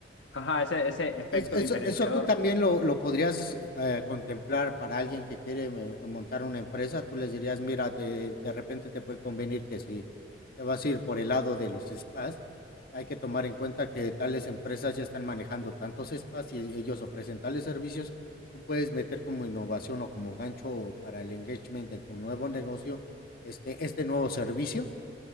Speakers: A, on the left (about 80°); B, on the left (about 55°).
A: ajá, ese, ese efecto
B: Es- eso,
A: diferenciador.
B: eso tú también lo, lo podrías eh, contemplar para alguien que quiere eh, montar una empresa. Tú les dirías, mira, te- de repente te puede convenir que si te vas a ir por el lado de los spas, hay que tomar en cuenta que tales empresas ya están manejando tantos spas y ellos ofrecen tales servicios. Tú puedes meter como innovación o como gancho para el engagement de tu nuevo negocio, este, este nuevo servicio.